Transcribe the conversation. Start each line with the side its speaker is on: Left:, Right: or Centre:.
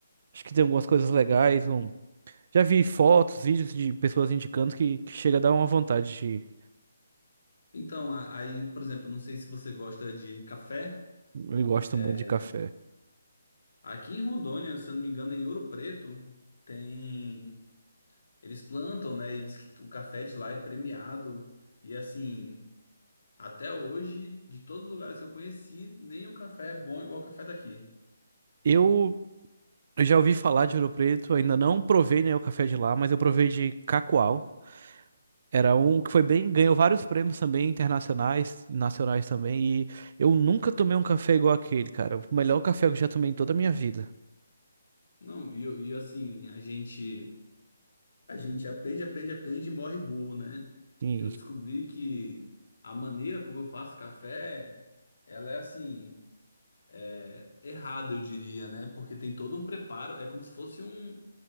Right: Acho que tem algumas coisas legais. Um... Já vi fotos, vídeos de pessoas indicando que, que chega a dar uma vontade de. ir.
Left: Então, a- aí, por exemplo, não sei se você gosta de café.
Right: Eu gosto
Left: é,
Right: muito de café.
Left: Aqui em Rondônia, se eu não me engano, em Ouro Preto, tem. Eles plantam, né? E diz que o café de lá é premiado. E assim, até hoje, de todos os lugares que eu conheci, nenhum café é bom igual o café daqui.
Right: Eu eu já ouvi falar de Ouro Preto, ainda não provei, né, o café de lá, mas eu provei de Cacoal. Era um que foi bem, ganhou vários prêmios também, internacionais, nacionais também, e eu nunca tomei um café igual aquele, cara. O melhor café que eu já tomei em toda a minha vida.
Left: Não, e, eu- e assim, a gente. A gente aprende, aprende, aprende e morre burro, né?
Right: Sim.
Left: Eu descobri que a maneira como eu faço café, ela é assim, é, errada, eu diria, né? Porque tem todo um preparo, é como se fosse um,